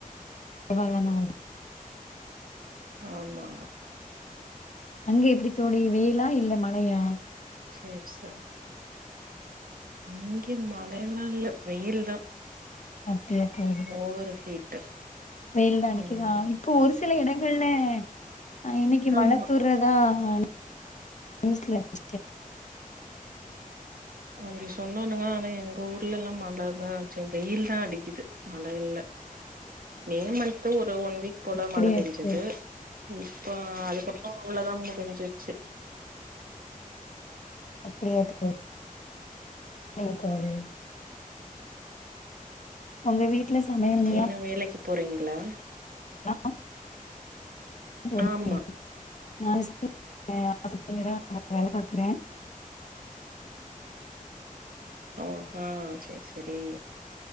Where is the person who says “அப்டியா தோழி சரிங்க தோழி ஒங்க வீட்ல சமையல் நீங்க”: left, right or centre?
Left